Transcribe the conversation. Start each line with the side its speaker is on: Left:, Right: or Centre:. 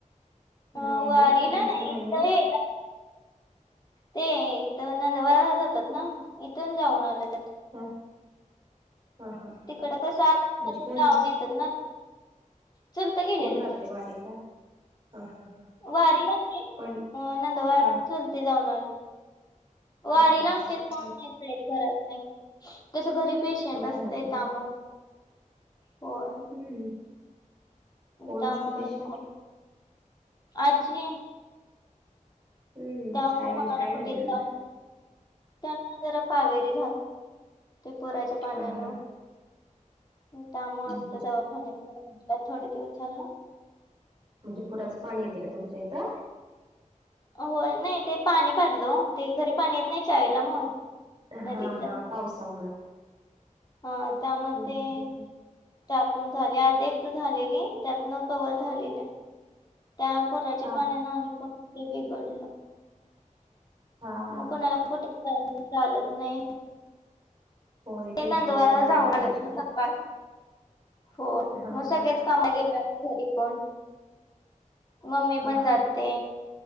Left: अ
Right: नाही
Left: वारीला
Right: माझा
Left: नाही
Right: नाहीये
Left: हे ते इथ नंदवार जातात ना इथून जाऊन आल्यात.
Right: हा हा हा हा
Left: तिकडं
Right: हा
Left: कसं आतमध्ये
Right: म्हणजे कोण?
Left: जाऊन येतात ना चलत गेलेलेत
Right: कोण जाते वारीला हा
Left: वारी
Right: पण
Left: नंदवार
Right: हा
Left: चुलती जाऊन आलती वारीला
Right: हा
Left: आमच्यात
Right: हा हा
Left: कोण नाही जात. घरातले कसं घरी पेशंट
Right: मग
Left: असते
Right: घरातलेच
Left: त्यामुळं होय
Right: हम्म कोण
Left: त्यामुळं
Right: असते पेशंट?
Left: कोण आजी
Right: हम्म
Left: त्यामुळे
Right: काय म्हणजे
Left: कोणाला
Right: काय
Left: कुठेच
Right: झाले त्यांना
Left: जाऊन त्यांना जरा कावेरी ते पुराच्या पाण्यानं
Right: हा हा हा
Left: त्यामुळे
Right: हम्
Left: आता
Right: हम्
Left: दवाखान्यात होत्या थोडे दिवस झालं
Right: म्हणजे पुराचं पाणी येते का तुमच्या इथं?
Left: हो नाही ते पाणी बाधलं ते घरी पाणी येत नाही चावीला मग नदीचा
Right: हा हा पावसामुळं
Left: ह त्यामुळे
Right: हम्
Left: ते
Right: हम् हम् हम्
Left: त्यातून झाली आधी एकदा झालेली त्यातून कव्हर झालेल्या. त्या पुराच्या
Right: हा
Left: पाण्यान
Right: हा
Left: आणि पण ते बिघडलं.
Right: हा हा
Left: मग
Right: हा
Left: कोणाला कुठे जाऊन चालत नाही.
Right: होय
Left: ते
Right: त्यांच्या
Left: नंदवार
Right: जवळ पण कोणतर
Left: जाऊन आलेत
Right: पाहिजे
Left: ना
Right: की
Left: पप्पा हो
Right: हा
Left: मग
Right: हा
Left: सगळेच
Right: हा
Left: कामाला गेल्यावर घरी कोण मम्मी
Right: हा
Left: पण जाते.